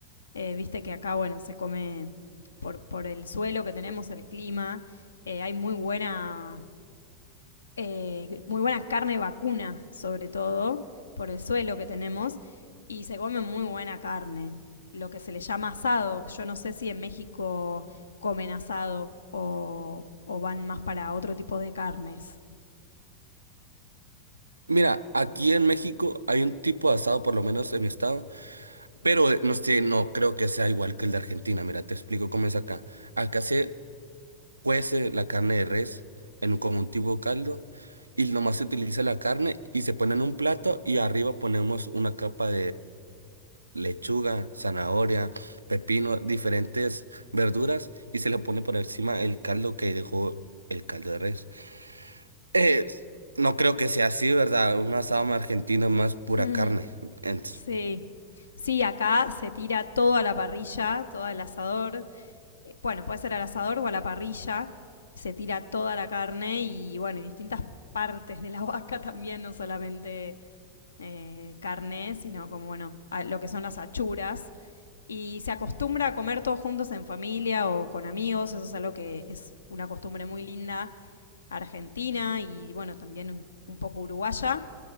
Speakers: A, on the left (about 70°); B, on the right (about 80°).
A: Eh, viste que acá, bueno, se come por, por el suelo que tenemos, el clima. Eh, hay muy buena, eh, muy buena carne vacuna, sobre todo, por el suelo que tenemos. Y se come muy buena carne. Lo que se le llama asado. Yo no sé si en México comen asado o, o van más para otro tipo de carnes.
B: Mira, aquí en México hay un tipo de asado, por lo menos en mi estado, pero eh, no sé, no creo que sea igual que el de Argentina. Mira, te explico cómo es acá. Acá se cuece la carne de res en un- como un tipo caldo y nomás se utiliza la carne y se pone en un plato y arriba ponemos una capa lechuga, zanahoria, pepino, diferentes verduras y se le pone por encima el caldo que dejó el caldo de res. Eh, no creo que sea así, ¿verdad? Un asado argentino es más
A: <laughs>
B: pura carne. Ents-
A: sí. Sí, acá se tira todo a la parrilla, todo al asador, eh, bueno, puede ser al asador o a la parrilla, se tira toda la carne y bueno, y distintas partes de la <laughs> vaca también, no solamente eh, carne, sino como bueno, lo que son las achuras. Y se acostumbra a comer todos juntos en familia o con amigos, eso es algo que es una costumbre muy linda argentina y bueno, también un, un poco uruguaya.